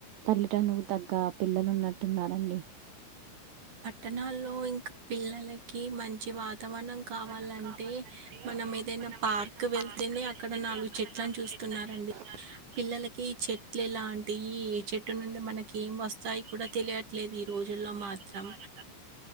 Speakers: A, on the right (about 75°); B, on the right (about 40°).
A: పల్లెటలు తగ్గ పిల్లలు ఉన్నట్టు ున్నారండి
B: పట్టణాల్లో ఇంకా పిల్లలకి మంచి వా వాతవరనం కావాలంటే
A: మనం కావాలంటే
B: మనం ఏదైనా
A: మనం
B: పార్క్
A: ఏదైనా
B: వెళ్తేనే
A: పార్క్
B: అక్కడ
A: వెళ్ళి
B: నాలుగు
A: అక్కడ
B: చెట్లలను
A: నాలుగు
B: చూస్త స్తున్నారండి
A: చూడడానికి
B: పిల్లలకి చెట్లు ఎలా అంటి ఈ ఏ చెట్టు నుండి మనకి ఏం వస్తాయి కూడా తెలియట్లేదు ఈ రోజు లో మాత్రం
A: వాళ్ళ.